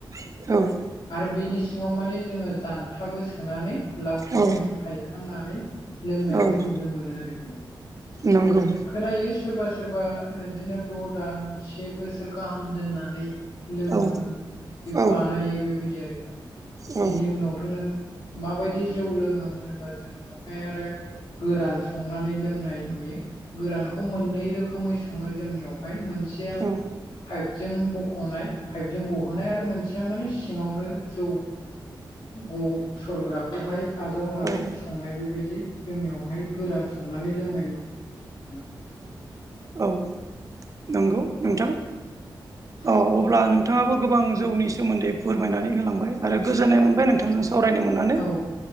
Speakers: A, on the right; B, on the left.
A: औ
B: आरो बेनि सिङाव माने जोङो जानथाबो सोनानै लावथायजों
A: औ
B: हायखांनानै लोंनायबो
A: औ
B: नुनो मोनो आरोखि
A: नंगौ
B: उम खोनायो सोरबा सोरबा बिदिनो द' दान से बोसोर गाहाम दोननानै लोङो
A: औ
B: बे
A: औ
B: बानायो बेबाय दि आरो
A: औ
B: बिनि उनावथ' नों माबायदि जौ लोङो होनोबा जों बेयावहाय आरो गोरान संनानै लोंनाय नुयो गोरानखौ मोननै रोखोमै सङो जोंनियावहाय मोनसेया पाइपजों
A: औ
B: बख'नाय पाइपजों गहोनाय आरो मोनसेया माने सिङावनो जौ ग सरग्राखौहाय आजावनानै
A: औ
B: संनाय बेबायदि जोंनियावहाय गोरान संनानै लोंनाय नु थां <unintelligible>
A: औ नंगौ नोंथां
B: <inaudible>
A: औ अब्ला नोंथाङाबो गोबां जौनि सोमोन्दै फोरमायनानै होलांबाय आरो गोजोननाय मोनबाय नोंथांजों सावरायनो मोननानै
B: औ